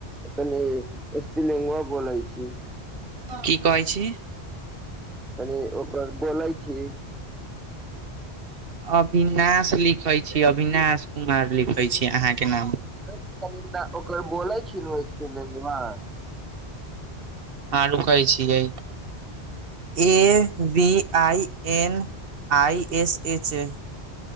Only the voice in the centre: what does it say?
तनी स्पेलिंगवा बोलै छी।
कनी ओकर बोलै छी।
अ इ कनि हमरा ओकर बोलै छी नु स्पेलिंगवा।